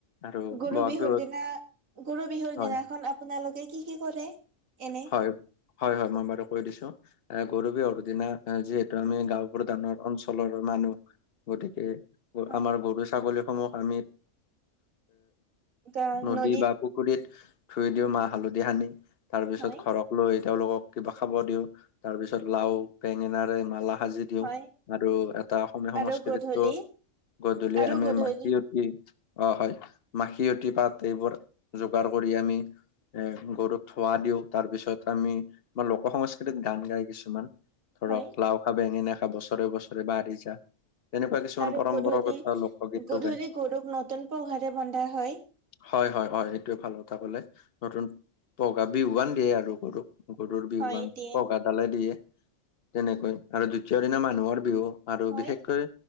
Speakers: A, on the left; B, on the right.
A: আৰু
B: গৰু
A: বহাগ
B: বিহুৰ
A: বিহুত
B: দিনা গৰু বিহুৰ
A: হয়
B: দিনাখন আপোনালোকে কি কি কৰে এনে?
A: হয়, হয় হয় মই বাৰু কৈ দিছো এ গৰু বিহুৰ দিনা যিহেতু আমি গাঁও প্ৰধানৰ অঞ্চ অঞ্চলৰ মানুহ গতিকে
B: হয়
A: আমাৰ গৰু ছাগলীসমূহ আমি
B: গা
A: নদী
B: নদীত
A: বা পুখুৰীত ধুই দিওঁ মাহ হালধি সানি। তাৰপিছত
B: হয়
A: ঘৰক লৈ তেওঁলোকক কিবা খাব দিওঁ তাৰ পিছত লাও বেঙেনাৰে মালা সাজি দিওঁ
B: হয়।
A: আৰু এটা অসমীয়া
B: আৰু
A: সংস্কৃতিতটো
B: গধূলি
A: গধূলি
B: আৰু
A: আমি
B: গধূলি
A: মাটি অ', হয় মাখিয়তী পাত এইবোৰ যোগাৰ কৰি আমি এ গৰুক ধোৱা দিওঁ তাৰ পিছত আমি আমাৰ লোক সংস্কৃতিত গান গায় কিছুমান। ধৰক
B: হয়
A: লাও খা বেঙেনা খা বছৰে বছৰে বাঢ়ি যা তেনেকুৱা কিছুমান
B: আৰু
A: পৰম্পৰাগত
B: গধূলি
A: লোকগীতো
B: গধূলি
A: গায়
B: গৰুক নতুন পঘাৰে বন্ধা হয়।
A: হয় হয় হয় এইটোয়ে ভাল কথা কলে নতুন পঘা বিহুৱান দিয়ে আৰু গৰুক। গৰুৰ বিহু
B: হয়
A: বা
B: দিয়ে
A: পঘা দালে দিয়ে তেনেকৈ আৰু দ্বিতীয় দিনা মানুহৰ বিহু আৰু
B: হয়
A: বিশেষকৈ